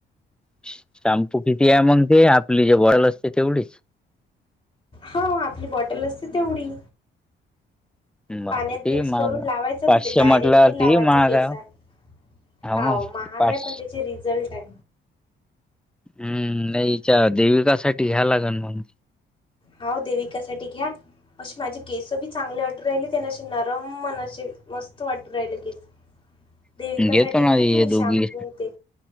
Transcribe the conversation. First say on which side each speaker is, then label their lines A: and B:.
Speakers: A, in the centre; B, on the left (about 25°).
A: शॅम्पू किती आहे मग ते? आपली जे बॉटल असते तेवढी?
B: हा आपली बॉटल असते तेवढी.
A: बापरे
B: पाण्यात
A: ते
B: मिक्स
A: महाग
B: करून
A: आहे.
B: लावायच तिथे
A: पाचशे
B: डायरेक्ट
A: म्हटल्यावर
B: नाही लावायचा
A: ते महाग
B: केसांना.
A: आहे
B: हाव
A: ना
B: महाग
A: पाच
B: आहे पण त्याचे रिझल्ट आहे.
A: हम्म नाही ईच्या देविका साठी घ्यायला लागण मग.
B: हाव देविका साठी घ्या. अशे माझे केस बी चांगले वाटू राहिले त्यांन अशे नरम अन असे मस्त वाटू राहिले केस
A: <inaudible>
B: देविका
A: घेतो
B: साठी
A: ना
B: घ्या
A: हे
B: तुम्ही
A: दोघी
B: शाम्पू ते